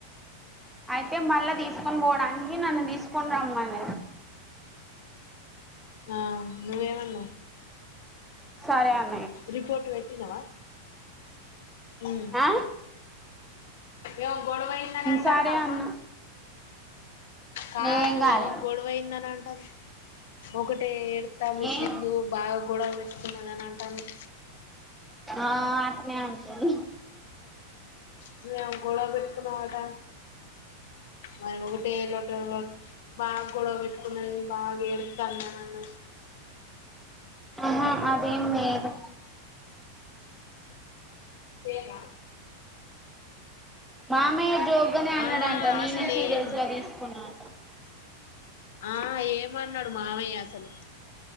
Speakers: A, in the centre; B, on the left.
A: అయితే మళ్ళా తీసుకుొని పోవడానికి నన్ను తీసుకుని రమ్మనది
B: ఆ నువ్వెమన్నవ్
A: సరే అన్
B: రిపోర్ట్ పెట్టినవా మ్
A: ఆ
B: ఏవో గొడవైందని అంటాండ
A: సరే
B: అమ్మ
A: అన్న
B: కాదు
A: ఏం కాలే
B: ఏమో గొడవయిందని అంటాది ఒకటె ఏ అంటాంది
A: ఏం
B: సింధు బాగా కూడా పెట్టుకున్నారు అని అంటాంది
A: ఆ అట్నే అంటది
B: నువ్వేమో గొడవ పెట్టుకున్నావ్ అంట మరి ఒకటే లొట్టలో రోట్ బాగా గొడవ పెట్టుకున్నాది బాగా ఏడుస్తాంది అని అన్నది
A: మ్ అదేం లేదు
B: సేన
A: మామయ్య జోగ్గానే అన్నాడంట
B: ఆహా
A: నేనే
B: అసలు
A: సీరియస్
B: ఏం
A: గా తీసుకున్నా అట
B: ఆ ఏమన్నాడు మామయ్య అసలు